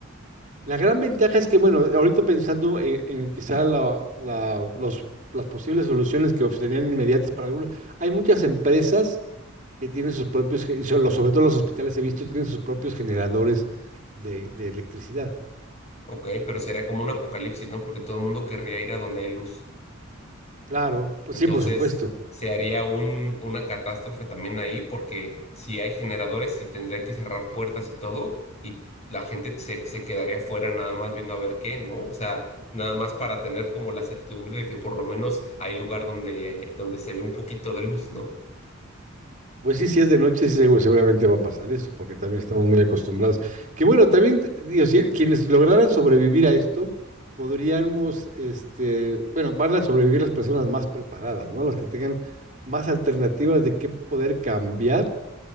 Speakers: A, on the right; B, on the left.
A: La gran ventaja es que, bueno, ahorita pensando en, en quizá la- la- los, las posibles soluciones que serían inmediatas para algunos, hay muchas empresas que tienen sus propios, ge- sobre sobre todo los hospitales he visto, tienen sus propios generadores de, de electricidad.
B: Ok, pero sería como un apocalipsis, ¿no? Porque todo el mundo querría ir a donde hay luz.
A: Claro, pues
B: Entonces,
A: sí, por supuesto.
B: se haría un, una catástrofe también ahí, porque si hay generadores y tendrían que cerrar puertas y todo, y la gente se, se quedaría afuera nada más viendo a ver qué, ¿no? O sea, nada más para tener como la certidumbre de que por lo menos hay lugar donde, donde se ve un poquito de luz, ¿no?
A: Pues sí, si es de noche, sí, seguro- seguramente va a pasar eso, porque también estamos muy acostumbrados. Que bueno, también, digo, si- quienes lograran sobrevivir a esto, podríamos, este, bueno, van a sobrevivir las personas más preparadas, ¿no? Las que tengan más alternativas de qué poder cambiar,